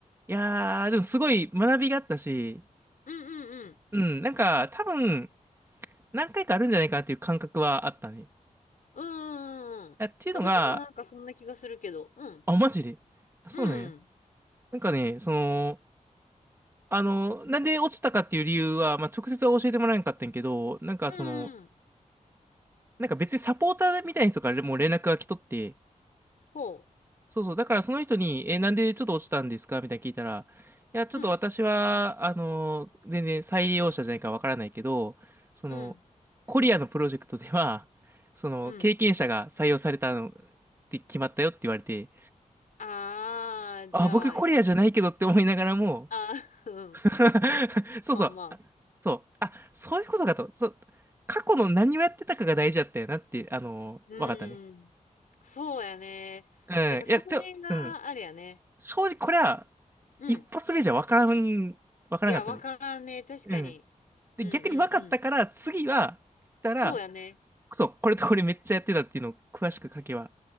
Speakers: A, on the right; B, on the left.
A: いやー、でもすごい学びがあったし、
B: うんうんうん。
A: うん、なんか、多分、何回かあるんじゃないかなっていう感覚はあったね。い
B: うんうんうん。
A: や、っていうのが、
B: 私もなんかそんな気がするけど、うん。
A: あ、マジで。あ、そうなんや。
B: うん。
A: なんかね、その、あの、なんで落ちたかっていう理由は、まあ、直接は教えてもらえなかったんやけど、なんかその、
B: うんうん。
A: なんか別にサポーターみたいな人からもう連絡が来とって、
B: ほ
A: そうそう。だからその人に、え、なんでちょっと落ちたんですかみたいな聞いたら、いや、ちょっと私は、
B: う。うん。
A: あの、全然採用者じゃないからわからないけど、その、
B: うん。
A: コリアのプロジェクトでは、<laughs> その、
B: うん。
A: 経験者が採用されたのって決まったよって言われて、
B: ああ、
A: あ、
B: じゃあ、
A: 僕コリアじゃないけどって思いながらも、
B: や <laughs> ああ、うん。
A: <laughs> そうそう、
B: まあまあ。
A: あそう、あ、そういうことかと、そう、過去の何をやってたかが大事だったよなって、あの、
B: うん。
A: わかったね。
B: そうやね。
A: うん、
B: だからその辺があるやね。
A: いや、ちょ、うん、正直これは、
B: うん。
A: 一発目じゃ分からん、分からなかったね。
B: いや、わからんね。確かに。
A: うん。で、
B: うんうんうん。
A: 逆に分かったから、次は、たら、
B: そうやね。
A: そう、これとこれめっちゃやってたっていうのを詳しく書けば。